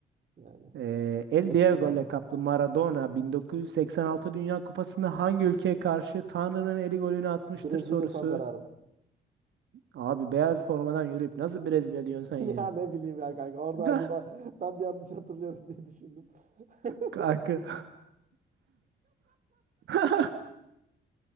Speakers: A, on the right; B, on the right.
A: Yani
B: Ee, El
A: Messi
B: Diego
A: de aynısı.
B: kaplı Maradona 1986 Dünya Kupası'nda hangi ülkeye karşı Tanrı'nın eli golünü atmıştır
A: Brezilya
B: sorusu.
A: son kararım.
B: Abi beyaz formadan yürüyüp nasıl Brezilya diyorsun
A: <laughs>
B: sen ya?
A: Ya ne bileyim ya kanka. Orada
B: <laughs>
A: acaba ben de yanlış hatırlıyorum diye düşündüm. <laughs>
B: Kanka. <laughs>